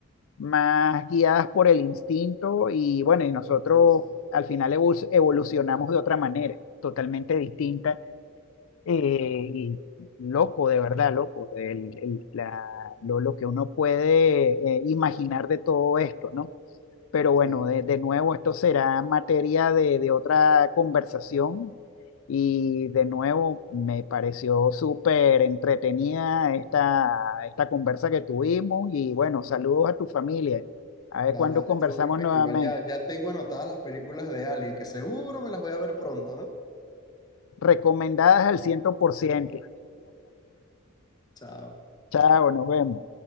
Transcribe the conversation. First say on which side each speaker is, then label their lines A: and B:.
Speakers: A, on the left; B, on the left.
A: más guiadas por el instinto y bueno, y nosotros
B: Sí, sí,
A: al final evol- evolucionamos de otra manera, totalmente distinta eh, y loco, de verdad, loco, el- el- la- lo, lo que uno puede eh, imaginar de todo esto, ¿no? Pero bueno,
B: sí.
A: de, de nuevo, esto será materia de, de otra conversación y de nuevo me pareció súper entretenida esta, esta conversa que tuvimos y bueno, saludos a tu familia. A
B: Dale,
A: ver cuándo
B: Dale, dale.
A: conversamos
B: estuvo perfecto.
A: nuevamente.
B: Igual ya, ya tengo anotadas las películas de Alien, que seguro me las voy a ver pronto, ¿no?
A: Recomendadas al cien por ciento
B: Chao.
A: Chao, nos vemos.